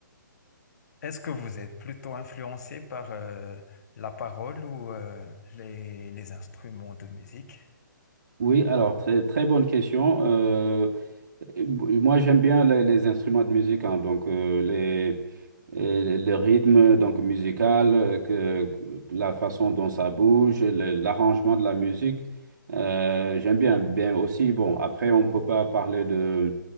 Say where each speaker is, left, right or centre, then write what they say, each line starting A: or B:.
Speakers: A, on the left; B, on the right.
A: est-ce que vous êtes plutôt influencé par euh, la parole ou euh, les, les instruments de musique?
B: Oui, alors, très, très bonne question. Euh, b- moi, j'aime bien les, les instruments de musique, hein, donc euh, les. euh, le rythme donc musical, euh, que, la façon dont ça bouge, le- l'arrangement de la musique. Euh, j'aime bien. Bien aussi, bon, après, on ne peut pas parler de